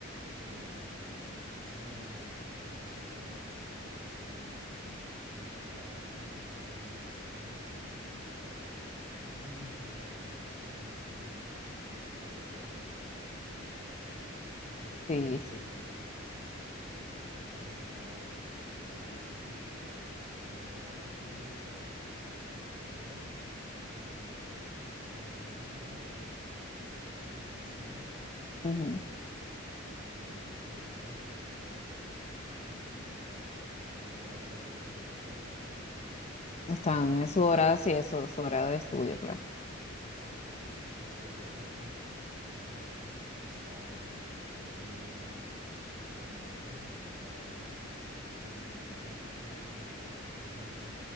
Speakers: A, on the right; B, on the left.
A: em, eh, no, me pongo con el celular o me pongo a jugar con mi amigo en el celular, ¿sí? Y se terminan distrayendo y no están pendientes de la clase. Y también pues habrá mucha gente que no pregunte sobre un tema, pues porque le da pena, ¿sí? O por
B: sí,
A: X o
B: sí.
A: por Y motivo, porque la pregunta es tonta o algo. Entonces ellos pues dijeron, nos ahorramos esas dos partes. Primero, em, con el uso del celular, pues está una persona encima
B: ujú.
A: que pues de pronto en un break o algo, pues está perfecto. Pero por lo general no, no lo dejaría coger el celular porque pues es un
B: Están
A: profesor y
B: en
A: un
B: su
A: estudiante.
B: hora, sí, eso, su hora de estudio, claro.
A: Exacto. Y por otra parte, pues también está em, el tema de las preguntas. O sea, obviamente el niño solo tiene un tutor con el que ya tiene confianza.